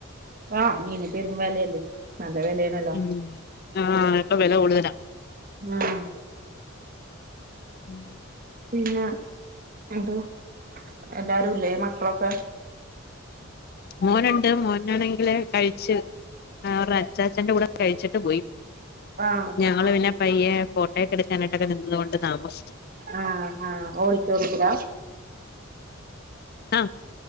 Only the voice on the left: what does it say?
ഉം ആഹ ഇപ്പൊ വില കൂടുതലാ
ഉം
മോനുണ്ട് മോനാണെങ്കില് കഴിച്ച് ആ അവരച്ചാച്ചന്റെ കൂടെ കഴിച്ചിട്ട് പോയി
ഞങ്ങള്
പിന്നെ പയ്യെ ഫോട്ടോയക്കെ എടുക്കാനായിട്ടൊക്കെ നിന്നത് കൊണ്ട് താമസിച്ച്
ആ